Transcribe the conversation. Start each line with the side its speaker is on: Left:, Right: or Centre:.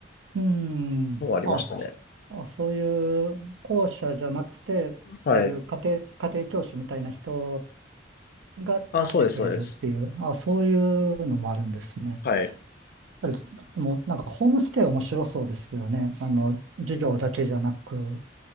Right: うーん。
Left: のがありましたね。
Right: あ、あ、そういう校舎じゃなくて、
Left: はい。
Right: そういう家庭、家庭教師みたいな人が来てくれるっていう、
Left: あ、そうです、そうです。
Right: あ、そういうのもあるんですね。
Left: はい。
Right: やっぱりでもなんかホームステイ面白そうですよね。あの、授業だけじゃなく、